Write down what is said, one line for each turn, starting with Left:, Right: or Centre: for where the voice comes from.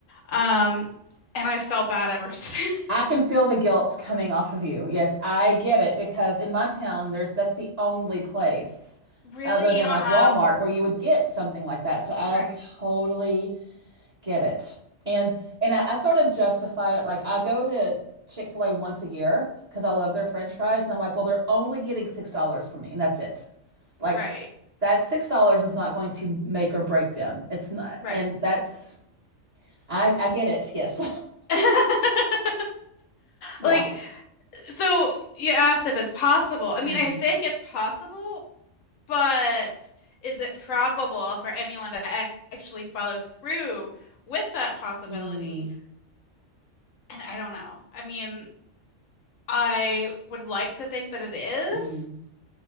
Left: Um, and I felt bad ever since.
Right: I
Left: <laughs>
Right: can feel the guilt coming off of you. Yes, I get it because in my town, there's that's the only place
Left: Really?
Right: other than
Left: You don't
Right: like
Left: have
Right: Walmart where you would get something like that. So I
Left: Right.
Right: totally get it. And and I, I sort of justify it like I go to Chick-fil-A once a year because I love their French fries, and I'm like, well, they're only getting six dollars from me, and that's it. Like
Left: right.
Right: that six dollars is not going to make or break them. It's not,
Left: Right.
Right: and that's I I get it. Yes,
Left: <laughs>
Right: <laughs> yeah.
Left: Like, so you asked if it's possible. I mean,
Right: Mm,
Left: I think it's possible, but is it probable for anyone to a- actually follow through with that possibility?
Right: mm,
Left: And I don't know. I mean, I would like to think that it is,
Right: mm.